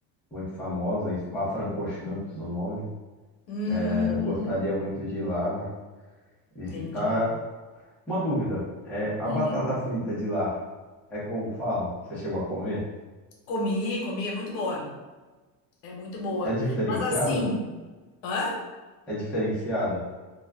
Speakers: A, in the centre; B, on the left.
A: muito famosa, Spa-Francorchamps, o nome.
B: Hum,
A: É, eu gostaria muito de ir lá visitar.
B: entendi.
A: Uma dúvida, é, a
B: Hum.
A: batata frita de lá é como falam? Você chegou a comer?
B: Comi, comi, é muito boa. É muito boa.
A: É diferenciada?
B: Mas assim, hã?
A: É diferenciada?